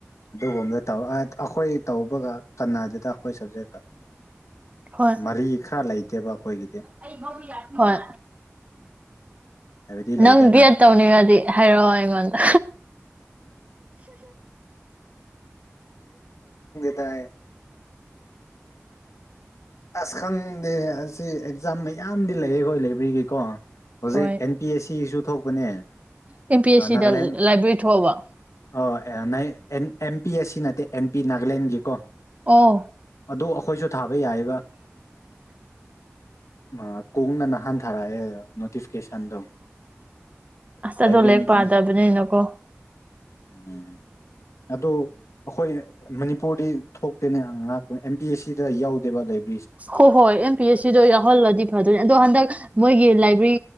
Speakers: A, on the left; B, on the right.
A: ꯑꯗꯨꯒꯨꯝꯕꯗ ꯇꯧ ꯑꯩꯈꯣꯏ ꯇꯧꯕꯒ ꯀꯅꯥꯗꯨꯗ ꯑꯩꯈꯣꯏ ꯁꯕꯖꯦꯛꯇ
B: ꯍꯣꯏ
A: ꯃꯔꯤ ꯈꯔ ꯂꯩ ꯀꯦꯕ ꯑꯈꯣꯏꯒꯤ
B: <unintelligible> ꯍꯣꯏ
A: ꯍꯥꯏꯕꯗꯤ ꯂꯩꯗꯅ
B: ꯅꯪ ꯕꯦꯠ ꯇꯧꯅꯤꯡꯉꯗꯤ ꯍꯥꯏꯔꯛꯑꯣ ꯑꯩꯉꯣꯟꯗ
A: ꯇ ꯑꯥꯁ ꯈꯪꯗꯦ ꯑꯁꯤ ꯑꯦꯛꯖꯥꯝ ꯌꯥꯝꯗꯤ ꯂꯩꯌꯦ ꯑꯩꯈꯣꯏ ꯂꯥꯏꯕ꯭ꯔꯦꯔꯤꯒꯤꯀꯣ ꯍꯧꯖꯤꯛ
B: ꯍꯣꯏ
A: ꯑꯦꯟ ꯄꯤ ꯑꯦꯁ ꯁꯤꯁꯨ ꯊꯣꯛꯄꯅꯦ
B: ꯑꯦꯝ ꯄꯤ ꯑꯦꯁ ꯁꯤꯗ
A: ꯅꯥꯒꯥꯂꯦꯟ
B: ꯂꯥꯏꯕ꯭ꯔꯦꯔꯤ ꯊꯣꯛꯑꯕ
A: ꯑꯣ <unintelligible> A M P S C ꯅꯠꯇꯦ ꯑꯦꯟ ꯄꯤ ꯅꯥꯒꯥꯂꯦꯟꯒꯤ ꯀꯣ
B: ꯑꯣ
A: ꯑꯗꯨ ꯑꯩꯈꯣꯏꯁꯨ ꯊꯥꯕ ꯌꯥꯏꯌꯦꯕ ꯃꯥ ꯀꯣꯡꯅ ꯅꯍꯟꯊꯥꯔꯛꯑꯦ ꯅꯣꯇꯤꯐꯤꯀꯦꯁꯟꯗꯣ
B: ꯑꯁ
A: ꯂꯥꯏꯕ꯭ꯔꯦꯟꯒꯤꯅꯤ
B: ꯑꯗꯣ ꯂꯥꯏꯔꯤꯛ ꯄꯥꯗꯕꯅꯤꯅꯀꯣ
A: ꯎꯝ ꯑꯗꯣ ꯑꯈꯣꯏ ꯃꯅꯤꯄꯨꯔꯗꯤ ꯊꯣꯛꯇꯦꯅꯦ ꯉꯥꯛꯄꯅꯦ ꯑꯦꯝ ꯕꯤ ꯑꯦꯁ ꯁꯤꯗ ꯌꯥꯎꯗꯦꯕ ꯂꯩꯕ
B: ꯍꯣꯏ ꯍꯣꯏ ꯑꯦꯝ ꯄꯤ ꯑꯦꯁ ꯁꯤꯗꯣ ꯌꯥꯎꯍꯜꯂꯗꯤ ꯐꯗꯣꯏꯅꯤ ꯑꯗꯣ ꯍꯟꯗꯛ ꯃꯣꯏꯒꯤ ꯂꯥꯏꯛ ꯔꯤ